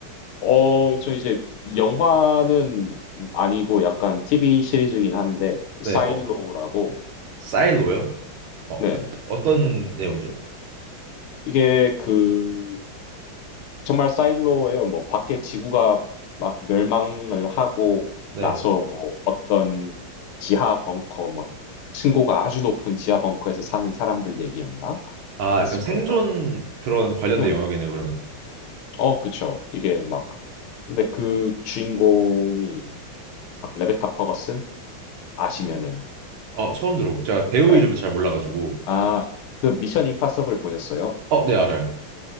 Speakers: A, on the left; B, on the right.
A: 어, 저 이제 영화는 아니고 약간 TV 시리즈긴 한데,
B: 네,
A: 사일로라고,
B: 어, 사일로요? 어,
A: 네.
B: 어떤 내용이죠?
A: 이게 그 정말 사일로예요. 뭐 밖에 지구가 막 멸망을 하고
B: 네.
A: 나서 뭐 어떤 지하 벙커 뭐 층고가 아주 높은 지하 벙커에서 사는 사람들 얘기였나?
B: 아,
A: 그랬을
B: 약간 생존
A: 거예요.
B: 그런 관련된
A: 네.
B: 영역이네요, 그러면.
A: 어 그쵸. 이게 막 근데 그 주인공이 막 레베카 퍼거슨 아시면은
B: 어, 처음 들어. 제가 배우
A: 예.
B: 이름은 잘 몰라가지고.
A: 아 그 미션 임파서블 보셨어요?
B: 어, 네, 알아요.